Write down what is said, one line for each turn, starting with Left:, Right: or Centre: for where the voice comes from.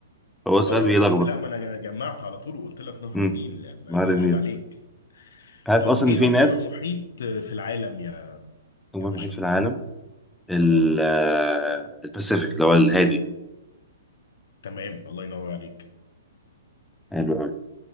Left: <laughs>
Centre: هو سؤال
Left: اه
Centre: بيلخبط
Left: بس لا ما انا جمعت على طول وقلت لك نهر
Centre: امم
Left: النيل لا ما
Centre: نهر النيل
Left: عيب عليك
Centre: عارف
Left: طب
Centre: اصلا
Left: ايه
Centre: ان في
Left: اكبر
Centre: ناس
Left: محيط آه، في العالم يا
Centre: هو
Left: يا باشا
Centre: الوحيد في العالم ال-
Left: اه
Centre: آه، الباسيفيك اللي هو الهادي
Left: تمام الله ينور عليك
Centre: حلو قوي